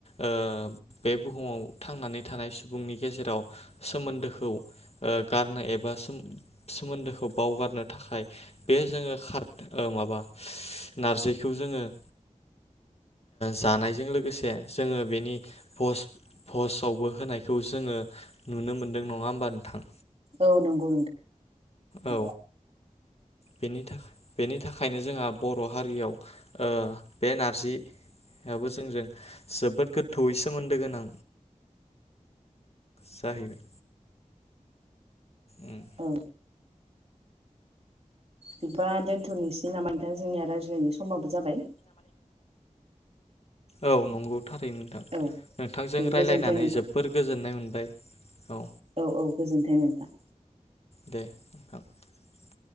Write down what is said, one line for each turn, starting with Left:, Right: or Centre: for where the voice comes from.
Left: ओ बे बुहुमाव थांनानै थानाय सुबुंनि गेजेराव सोमोन्दोखौ ओ गार नाय एबा सोमोन सोमोन्दोखौ बावगारनो थाखाय बे जोङो गार ओ माबा नारजिखौ जोङो ओ जानायजों लोगोसे जोङो बेनि पस पस्टआवबो होनायखौ जोङो नुनो मोनदों नङा होमबा नोंथां?
Right: औ नंगौ नोंथां।
Left: औ बेनि थाखाय बेनि थाखायनो जोंहा बर' हारियाव ओ बे नारजियाबबो जोंजों जोबोद गोथौयै सोमोन्दो गोनां जाहैबाय। उम
Right: औ। बिदिबा दोनथ'नोसै नामा? नोंथां जोंनिया रायज्लायनाय समाबो, जाबाय
Left: औ नंगौ। थारैनो नोंथां
Right: औ
Left: नोंथांजों
Right: दे गोजोन्थों
Left: रायलायनानै
Right: नोंथां
Left: जोबोर गोजोननाय मोनबाय। औ
Right: औ औ गोजोन्थों नोंथां।
Left: दे <unintelligible>